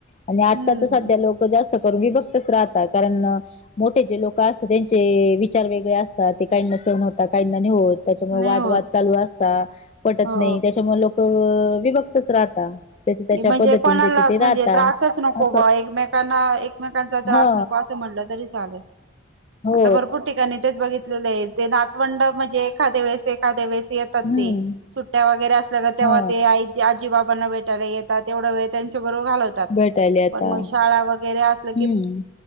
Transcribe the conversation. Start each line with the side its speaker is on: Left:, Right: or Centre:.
Left: आणि आता
Right: हम्म
Left: तर सध्या लोक जास्त करून विभक्तच राहतात कारण मोठे जे लोक त्यांचे विचार वेगळे अस ते कां सह होता काहींड होत त्याच्यामुळे
Right: नाही
Left: वादवाद
Right: होत
Left: चालू असता पटत
Right: हो
Left: नाही त्याच्यामुळे लोक मी बघतच राहता त्याच त्याच्या
Right: म्हणजे
Left: पद्धतीने
Right: कोणाला
Left: ज्याचे ते
Right: म्हणजे
Left: राहता
Right: त्रासच नको
Left: असं
Right: बा एकमेकांना एकमेकांचा त्रास
Left: हा
Right: नको असं म्हण म्हटलं तरी चाले
Left: हो
Right: आता भरपूर ठिकाणी तेच बघितलेले आहे ते नातवंड म्हणजे एखाद्या वळेस एखाद्या वेळेस येतात
Left: हम्म
Right: ते सुट्ट्या वगैरे असल्या तर तेव्हा
Left: हा
Right: ते आ आजी बाबांना भेट येतात तेवढ वेळ त्यां घालवतात
Left: भेटायले आता
Right: पण मग शाळा वगैरे असलं
Left: हम्म